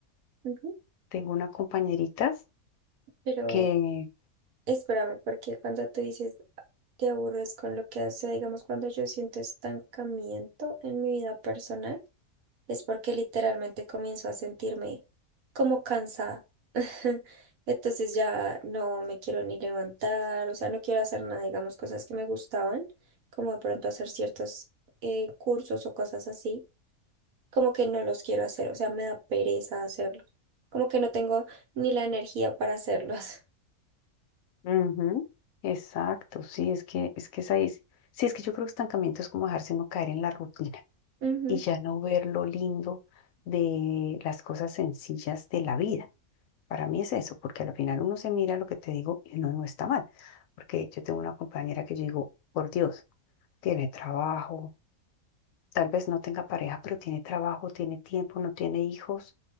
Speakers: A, on the right (about 70°); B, on the left (about 70°).
A: ujú,
B: tengo una compañerita
A: Pero
B: que...
A: Espérame, porque cuando tú dices te aburres con lo que hace, digamos, cuando yo siento estancamiento en mi vida personal, es porque literalmente comienzo a sentirme como cansada. <laughs> Entonces ya no me quiero ni levantar, o sea, no quiero hacer nada, digamos, cosas que me gustaban, como de pronto hacer ciertos eh, cursos o cosas así, como que no los quiero hacer, o sea, me da pereza hacerlos, como que no tengo ni la energía para hacerlos.
B: Ujú, exacto, sí, es que, es que es ahí. Sí, sí, es que yo creo que estancamiento es como dejarse uno caer en la rutina
A: <laughs> Ujú.
B: y ya no ver lo lindo de las cosas sencillas de la vida. Para mí es eso, porque al final uno se mira lo que te digo y uno no está mal. Porque yo tengo una compañera que yo digo, por Dios, tiene trabajo, Tal vez no tenga pareja, pero tiene trabajo, tiene tiempo, no tiene hijos.